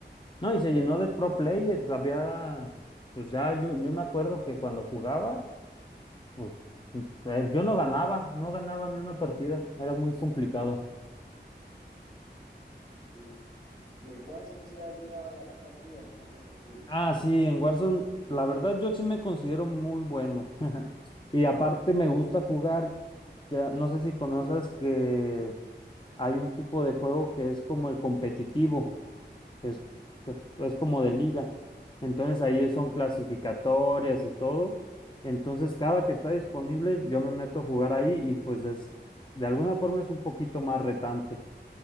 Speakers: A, on the left; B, on the left.
A: No, y se llenó de pro players, había, pues ya yo, yo me acuerdo que cuando jugaba, pues eh, yo no ganaba, no ganaba ni una partida, era muy complicado.
B: sí. Y en Warzone sí has llegado a ganar partidas, me imagino, sí,
A: Ah, sí, en Warzone, la verdad yo sí me considero muy bueno. <laughs> Y aparte me gusta jugar, ya no sé si conoces que hay un tipo de juego que es como el competitivo, que es, que es como de liga. Entonces ahí son clasificatorias y todo. Entonces cada que está disponible yo me meto a jugar ahí y pues es, de alguna forma es un poquito más retante.